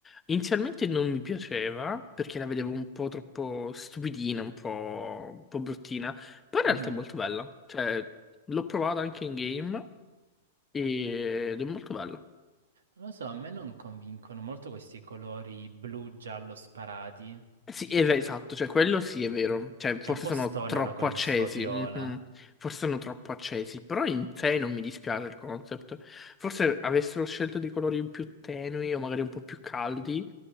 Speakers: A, on the left; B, on the right.
A: inizialmente non mi piaceva perché la vedevo un po' troppo stupidina, un po', un po' bruttina, però in
B: Mhm.
A: realtà è molto bella. Cioè, l'ho provata anche in game ed è molto bella.
B: Non lo so, a me non convincono molto questi colori blu-giallo sparati.
A: Eh Sì, è ver- esatto, cioè quello sì è vero, cioè forse
B: È un po'
A: sono
B: stonano
A: troppo
B: con
A: accesi,
B: il suo viola,
A: mhm. Forse sono troppo accesi, però in sé non mi dispiace il concept. Forse avessero scelto dei colori più tenui o magari un po' più caldi,